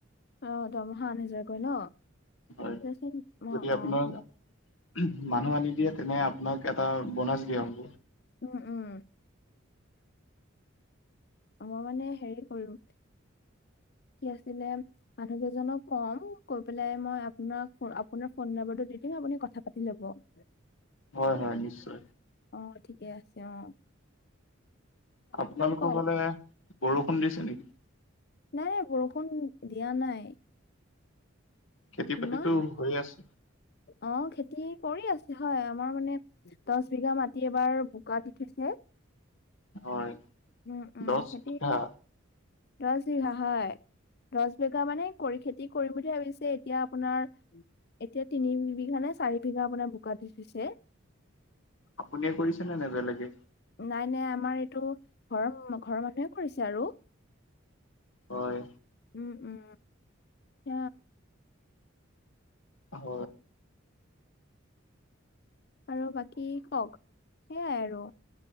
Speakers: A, on the left; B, on the left.
A: অহ দৰমহা আঠ হাজাৰকৈ ন
B: হয়
A: দেচোন মই
B: যদি
A: অ
B: আপোনাৰ
A: ম-
B: উহ মানুহ আনি দিয়ে তেনে আপোনাক এটা বনাছ দিয়া হ'ব
A: উম উম মই মানে হেৰি কৰোঁ কি আছিলে মানুহ কেইজনক কম কৈ পেলাই মই আপোনাক আপোনাৰ ফোন নম্বৰতো দি দিম আপুনি কথা পাতি ল'ব এ
B: হয় হয় নিশ্চয়
A: অহ ঠিকে আছে অহ
B: আপোনালোকৰ
A: কওক
B: ফালে বৰষুণ দিছে নেকি
A: নাই নাই বৰষুণ দিয়া নাই
B: খেতি
A: ইমান
B: বাতিটো হৈ আছে।
A: অ খেতি কৰি আছো অ আমাৰ মানে। দছ বিঘা মাটি এবাৰ বোকা দিছে।
B: হয়
A: উম উম
B: দহ
A: খেতি।
B: বিঘা
A: <inaudible> দহ বিঘা হয় দহ বিঘা মানে কৰি খেতি কৰিম বুলি ভাবিছে। এতিয়া আপোনাৰ এতিয়া তিনি বিঘা নে চাৰি বিঘা আপোনাৰ বোকাত দি উঠছে।
B: আপুনিয়ে কৰিছেনে নে বেলেগে।
A: নাই নাই আমাৰ এইটো ঘৰৰ ঘৰৰ মানুহে কৰিছে আৰু।
B: হয়।
A: উম উম হ।
B: হ।
A: আৰু বাকী কওক সেইয়াই আৰু।